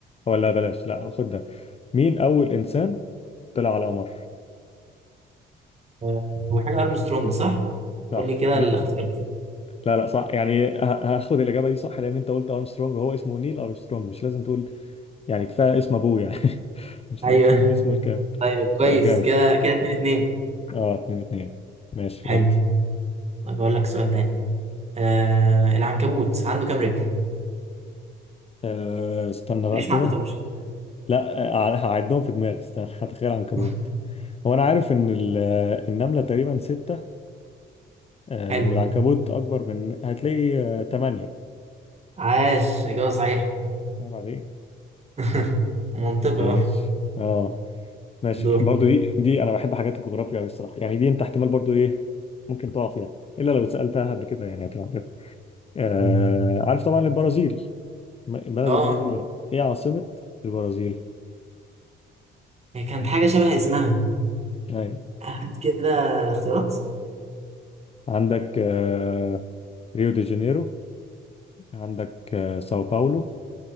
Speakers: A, on the left; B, on the right.
A: ولا بلاش لا خد ده مين أول إنسان طلع على القمر؟
B: آه، هو حاجه ارمسترونج صح
A: صح
B: قول لي كده
A: ني...
B: الاختيار
A: لا لا صح يعني ه- هاخد الإجابة دي صح لأن أنت قلت أرمسترونج وهو اسمه نيل أرمسترونج مش لازم تقول يعني كفايه اسم ابوه يعني <laughs> مش
B: ايوه
A: مش مهم اسمه الكامل
B: طيب كويس
A: فجامد
B: كده كده اتنين اتنين
A: اه اتنين اتنين ماشي
B: حلو
A: ودي
B: طيب اقول لك سؤال تاني آه العنكبوت عنده كام رجل
A: آه استنى بقى
B: ليش
A: كده
B: ما عدتهمش
A: لا آه، هعدهم في دماغي استنى هتخيل عنكبوت
B: <laughs>
A: هو انا عارف ان ال- آه، النمله تقريبا ستة آه
B: حلو
A: والعنكبوت اكبر من هتلاقي آه تمانية
B: عاش اجابه صحيحه
A: عيب عليك
B: <laughs> منطقي
A: ماشي
B: اه
A: اه ماشي
B: دور
A: برضو دي دي انا بحب حاجات الجغرافيا قوي الصراحه يعني دي انت احتمال برضو ايه ممكن تقع فيها الا لو سالتها قبل كده يعني هتبقى عارف آه
B: مم.
A: عارف طبعا البرازيل م- بلد
B: اه
A: البرازيل يعني ايه عاصمة البرازيل؟
B: هي كانت حاجة شبه اسمها
A: يعني
B: هات كده اختيارات
A: عندك آه، ريو دي جانيرو عندك آه، ساو باولو